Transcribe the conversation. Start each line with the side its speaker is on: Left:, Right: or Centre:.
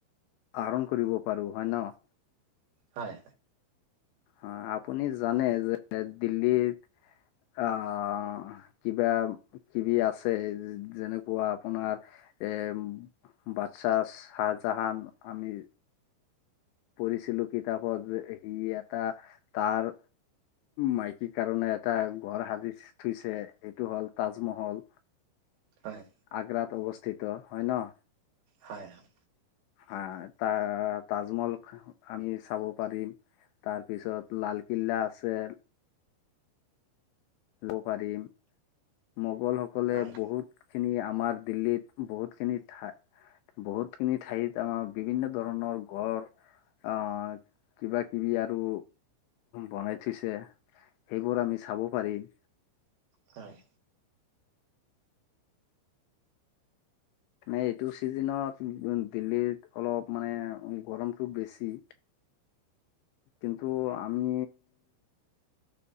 Left: আহৰণ কৰিব পাৰো হয় ন'।
Right: হয়।
Left: অ', আপুনি জানে যে, দিল্লীত আহ কিবা কিবি আছে যেনেকুৱা আপোনাৰ এ বাদছাহ সাহজাহান, আমি পঢ়িছিলোঁ কিতাপত যে সি এটা তাৰ মাইকী কাৰণে এটা ঘৰ সাজি থইছে এইটো হ'ল তাজমহল।
Right: হয়, হয়,
Left: আগ্ৰাত অৱস্থিত হয় ন'।
Right: হয় হয়।
Left: হ ত তাজমহল আমি চাব পাৰিম। তাৰপিছত লালকিল্লা আছে। লব পাৰিম মোগল সকলে
Right: হয়,
Left: বহুত খিনি আমাৰ দিল্লীত বহুত খিনি ঠাই বহুতখিনি ঠাইত আমাৰ বিভিন্ন ধৰণৰ গড় আহ কিবা কিবি আৰু বনাই থৈছে। সেইবোৰ আমি চাব পাৰিম।
Right: হয়।
Left: মে এইটো চিজনত উ দিল্লীত অলপ মানে গৰমটো বেছি কিন্তু আমি